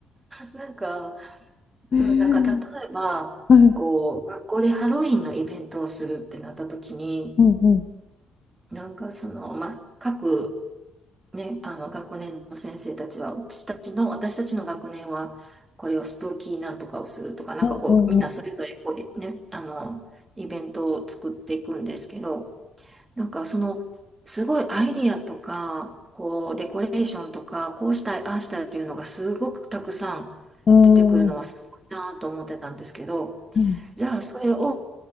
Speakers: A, on the right (about 20°); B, on the left (about 45°).
A: なんか、
B: うん。
A: そう、なんか例えば、
B: うん。
A: こう、学校でハロウィンのイベントをするってなった時に、
B: うん。うん。
A: なんかその、まあ、各ね、あの学年の先生たちは、うちたちの、私たちの学年は、これをスプーキーなんとかをするとか、なんかこう、
B: うん。
A: みんなそれぞれこう、ね、あの、イベントを作っていくんですけど、なんかその、すごいアイディアとか、こう、デコレーションとか、こうしたい、ああしたいっていうのがすごくたくさん出てくるのはすごいなと思ってたんですけど、
B: うん。うんうん
A: じゃあそれを、